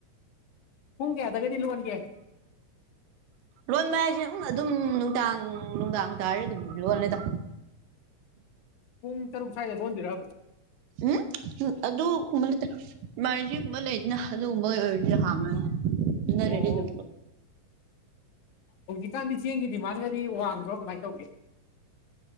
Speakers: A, on the left (about 75°); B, on the right (about 85°).
A: ꯍꯨꯡꯦꯗꯒꯗꯤ ꯂꯣꯟꯒꯦ
B: ꯂꯣꯟꯕ ꯍꯥꯏꯁꯦ ꯑꯗꯨꯝ ꯅꯨꯡꯗꯥꯡ ꯅꯨꯡꯗꯥꯡ ꯇꯥꯔꯦ ꯑꯗꯨꯝ ꯂꯣꯂꯦꯗ
A: ꯄꯨꯡ ꯇꯔꯛ ꯁꯥꯏꯗꯒ ꯂꯗꯔ
B: ꯎꯝ ꯑꯗꯨ ꯑꯗꯨ ꯅꯠ ꯇꯦ ꯃꯅꯤꯁꯤ ꯀ ꯃꯗꯅ ꯑꯗꯨ ꯑꯣꯏꯗ ꯍꯥꯡ ꯏ
A: ꯑꯣ
B: ꯔꯦꯗꯤꯗ
A: ꯍꯧꯖꯤꯛꯀꯥꯟꯗꯤ ꯆꯦꯡꯒꯤ ꯗꯤꯃꯥꯟꯒꯗꯤ ꯋꯥꯡꯗ꯭ꯔꯣ ꯀꯃꯥꯏꯅ ꯇꯧꯒꯦ